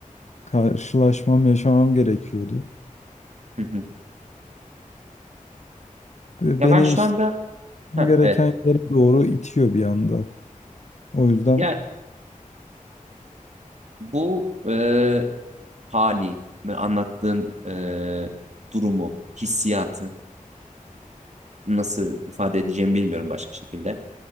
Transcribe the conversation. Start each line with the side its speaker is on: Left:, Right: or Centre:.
Left: Karşılaşmam, yaşamam gerekiyordu.
Right: Hı hı.
Left: Ve
Right: Ya
Left: Beni
Right: ben şu
Left: işte
Right: anda ha,
Left: gereken
Right: evet.
Left: yere doğru itiyor bir anda. O yüzden
Right: Ya bu e, hali ve anlattığın e, durumu, hissiyatı nasıl ifade edeceğimi bilmiyorum başka şekilde.